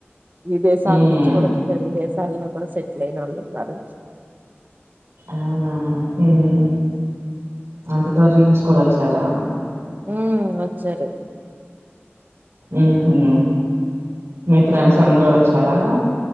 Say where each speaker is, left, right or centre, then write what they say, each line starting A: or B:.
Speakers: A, on the right; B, on the right.
A: విదేశాల
B: ఉమ్
A: నుంచి కూడా వెలివేసి వాళ్ళలో ఒకడు సెటిల్ అయినాడు
B: అవునా ఉమ్ అంత దూరం నుంచి కూడా ఒ చ్చరా
A: ఉమ్ వచ్చారు
B: ఉమ్ మీ ఫ్రెండ్స్ అందరూ వచ్చారా?